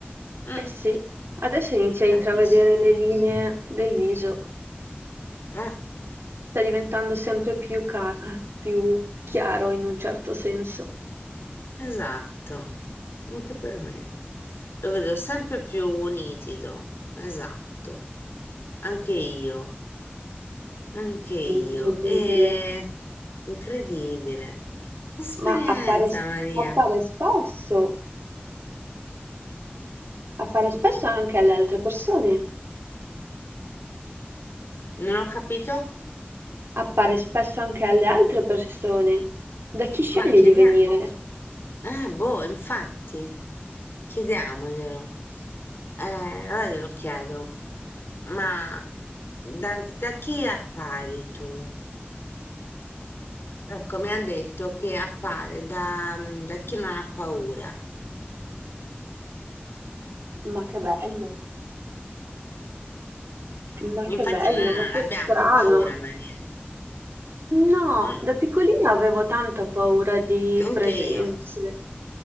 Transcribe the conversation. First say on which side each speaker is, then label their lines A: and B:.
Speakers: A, on the left; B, on the right.
A: Mm.
B: eh sì. Adesso inizia
A: Ti
B: a
A: capisce,
B: intravedere le linee del viso.
A: eh?
B: Sta diventando sempre più, ca- più chiaro in un certo senso.
A: Esatto, anche per me. Lo vedo sempre più nitido, esatto. Anche io, anche io.
B: Incredibile.
A: È incredibile. Esperienza,
B: Ma appare,
A: Maria.
B: appare spesso, appare spesso anche alle altre persone.
A: Non ho capito?
B: Appare spesso anche alle altre persone. Da chi scegli
A: Ma chiediamo,
B: di venire?
A: eh, boh, infatti, chiediamoglielo. Eh, allora glielo chiedo, ma da, da chi appari tu? Ecco, mi ha detto che appare da, da chi non ha paura.
B: Ma che bello. Ma
A: Infatti
B: che bello,
A: noi non
B: ma che
A: abbiamo
B: strano.
A: paura, Maria.
B: No,
A: Mm,
B: da piccolina avevo tanta paura di
A: anche
B: presenze,
A: io.